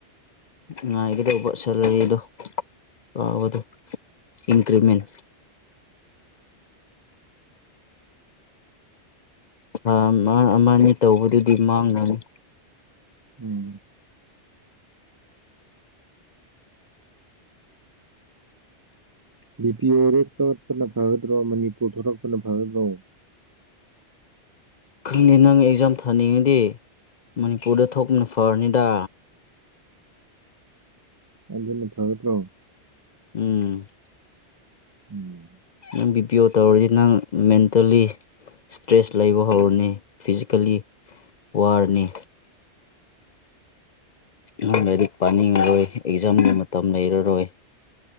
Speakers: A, on the left; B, on the right.
A: ꯉꯥꯏꯒꯗꯧꯕ ꯁꯦꯂꯔꯤꯗꯣ ꯑ ꯍꯣꯏꯗꯣ <inaudible> ꯏꯟꯀ꯭ꯔꯤꯃꯦꯟ ꯊꯥ ꯑꯃ ꯑꯃꯅꯤ ꯇꯧꯕꯗꯨꯗꯤ ꯃꯥꯡꯉꯅꯤ
B: ꯎꯝ ꯕꯤꯄꯤ ꯑꯣꯔꯦꯞ <inaudible> ꯊꯣꯛꯂꯛꯄꯅ ꯐꯒꯗ꯭ꯔꯣ ꯃꯅꯤꯄꯨꯔ ꯊꯣꯛꯂꯛꯄꯅ ꯐꯒꯗ꯭ꯔꯣ
A: ꯈꯪꯗꯦ ꯅꯪ ꯑꯦꯛꯖꯥꯝ ꯊꯥꯅꯤꯡꯉꯗꯤ ꯃꯅꯤꯄꯨꯔꯗ ꯊꯣꯛꯄꯅ ꯐꯔꯅꯤꯗꯥ
B: ꯑꯗꯨꯅ ꯐꯒꯗ꯭ꯔꯣ
A: ꯎꯝ
B: ꯎꯝ
A: ꯅꯪ ꯕꯤ ꯄꯤ ꯑꯣ ꯇꯧꯔꯗꯤ ꯅꯪ ꯃꯦꯟꯇꯦꯜꯂꯤ ꯁꯇ꯭ꯔꯦꯁ ꯂꯩꯕ ꯍꯧꯔꯅꯤ ꯐꯤꯖꯤꯀꯦꯜꯂꯤ ꯋꯥꯔꯅꯤ ꯅꯪ ꯂꯥꯏꯔꯤꯛ ꯄꯥꯅꯤꯡꯉꯔꯣꯏ ꯑꯦꯛꯖꯥꯝꯒꯤ ꯃꯇꯝ ꯂꯩꯔꯔꯣꯏ